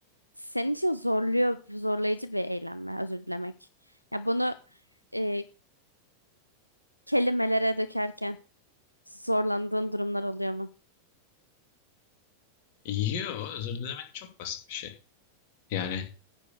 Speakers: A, on the left; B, on the left.
A: senin için zorluyor, zorlayıcı bir eylem mi? Özür dilemek. Ya bunu eee, kelimelere dökerken zorlandığın durumlar oluyor mu?
B: Yo, özür dilemek çok basit bir şey. Yani